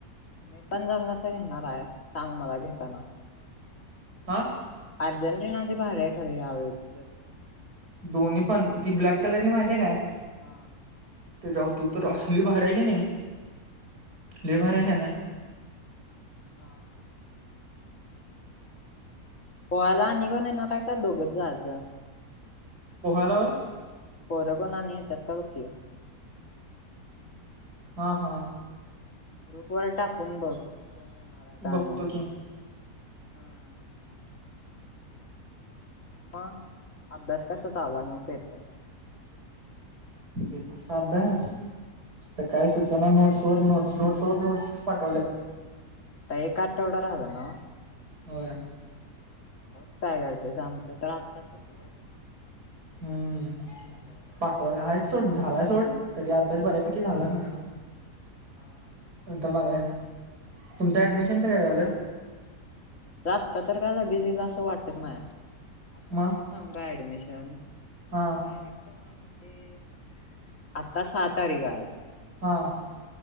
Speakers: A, on the left (about 55°); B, on the right (about 80°).
A: मी पण जमलसं तर घेणारयं सांग मला घेताना.
B: हा.
A: अर्जेंटिनाची भारीय खर यावेळची जर्सी.
B: दोन्ही पण ती ब्लॅक कलरची माहितीय आहे काय?
A: हा.
B: तेच्या होती ती त असली भरीय क नाही लय भारीय शान्या.
A: हा हा. पोहायला आणि कोण येणारयं का दोघच जायाचं?
B: पोहायला वय?
A: पोरं कोण आणि येत्यात काय बघ कि.
B: हा हा.
A: ग्रुप वर टाकून बघ कोण येणार काय?
B: बघतो
A: आणि हम्म.
B: की
A: मग अभ्यास कसा चालुय मग पेपरचा?
B: ते पासा अभ्यास तर काय सूचना नोट्स वर नोट्स नोट्स वर नोट्स पाठवाल्या.
A: त एक आठवडा राहिला ना?
B: हो
A: बघ काय करतेच आमचं तर आत्ता संपल्यात.
B: हम्म
A: आत्ता निवांत झालोय बघा
B: पाठवाला
A: आम्ही.
B: आहेत सोड झालाय सोड. तर ते अभ्यास बऱ्यापैकी झाला म्हणाला ना
A: हा हा.
B: नंतर बघायच. तुमच्या ऍडमिशनच काय झालं?
A: जातता तर काय लगेच येईल असं वाटत नाही आता
B: मग
A: तुला सांग का ऍडमिशन.
B: हा
A: डायरेक्ट का आत्ता सहा तारीख आज.
B: हां